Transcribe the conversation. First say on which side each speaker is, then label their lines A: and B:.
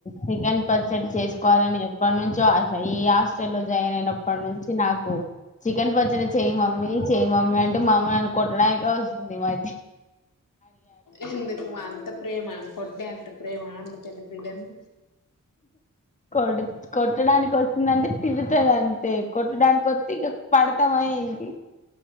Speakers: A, on the left; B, on the left.
A: చికెన్ పచ్చడి చేసుకోవాలని ఎప్పట్నుంచో ఆశ ఈ హాస్టల్లో లో జాయిన్ అయినప్పటి నుంచి నాకు చికెన్ పచ్చడి చేయి మమ్మీ చేయి మమ్మీ అంటే అమ్మ నన్ను కొట్టడానికే వస్తుంది. మరి
B: ఎందుకు మా అంత ప్రేమ కొట్టే అంత ప్రేమ అంతా పెద్ద బిడ్డని
A: కొడు కొట్టడానికి వస్తుందంటే తిడతది. అంతే కొట్టడానికి వస్తే ఇంక పడతామా ఏంటి